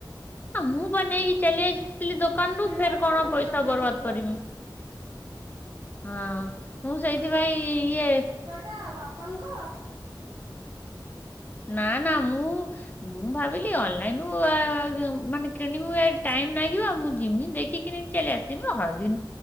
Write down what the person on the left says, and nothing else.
ହ ମୁଁ ବା ନେଇକି ଚାଲି ଆସିଥିଲି ଦୋକାନରୁୁ
ଫେର
କଣ
ପଇସା
ବର୍ବାଦ
କରିମି। ହଁ ମୁଁ ସେଇଥିପାଇଁ ଇଏ
ନା ନା ମୁଁ ମୁଁ ଭାବିଲି ଅନଲାଇନ ରୁ ମାନେ କିଣିବି ଟାଇମ ଲାଗିବ ମୁଁ ଯିମି ଦେଖି କିଣି- ଚାଲି ଆସମି ହଳଦୀ